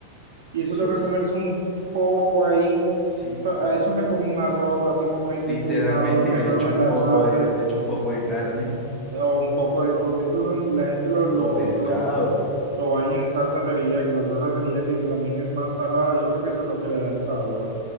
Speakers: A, on the right; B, in the centre.
A: y
B: eso
A: eso toca
B: es-
A: comerse un poco ahí.
B: sí,
A: Pa- A eso me como un arroz, así como dices
B: literalmente,
A: tú, un arroz que
B: y le
A: me hago
B: echo
A: en
B: un
A: la
B: poco
A: casa
B: de, le echo un poco de carne
A: o un poco de, porque eso son- la gente lo, lo,
B: o pescado.
A: lo Lo baño en salsa teriyaki, la salsa teriyaki que también es más salada, yo creo que eso es lo que le da el sabor